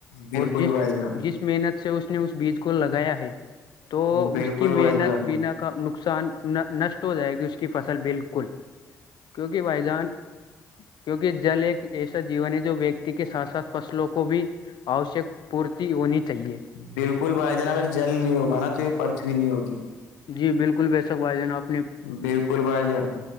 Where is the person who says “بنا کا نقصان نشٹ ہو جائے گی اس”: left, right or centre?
Left